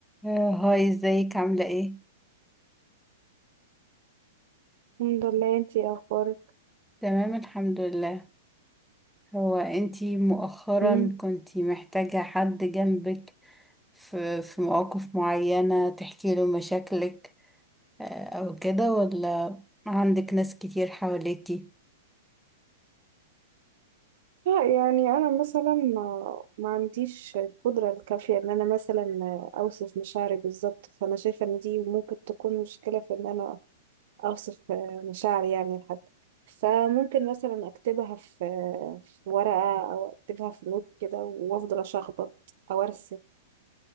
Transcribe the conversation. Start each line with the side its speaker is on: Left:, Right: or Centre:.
Centre: آه، هاي ازيك عاملة ايه؟
Right: الحمد لله انتي اخبارك
Centre: تمام الحمد لله هو انتي مؤخرا
Right: مم.
Centre: كنتي محتاجة حد جنبك في, في مواقف معينة تحكي له مشاكلك آه، او كده ولا عندك ناس كتير حواليكي؟
Right: لا يعني انا مثلا ما, ما عنديش القدره الكافيه ان انا مثلا اوصف مشاعري بالظبط فانا شايفه ان دي ممكن تكون مشكله في ان انا اوصف مشاعري يعني لحد فممكن مثلا اكتبها في في ورقه او اكتبها في نوت كده وافضل اشخبط او ارسم